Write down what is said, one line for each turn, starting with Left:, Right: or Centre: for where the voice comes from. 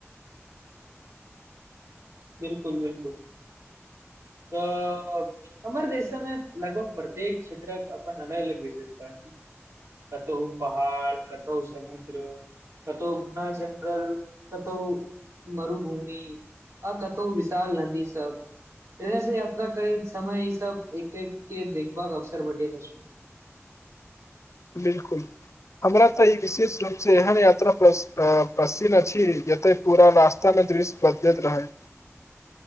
Right: बिलकुल बिलकुल तऽऽ हमर दृश्यमे लगभग प्रत्येक क्षेत्रक अपन अलग अलग विशेषता छैय। कतौह पहाड़ कतौह समुद्र कतौह घना जंगल कतौह मरुभुमि आ कतहु विशाल नदी सब ट्रेन से यात्रा करेय समय इ सब एक एक के देखब अवसर भेटैत अछि।
Left: बिलकुल हमरा तऽ ई विशेष रूप से एहन यात्रा प पसिन अछि जतह पुरा रास्ता एतयके दृश्य बदलैत रहैय।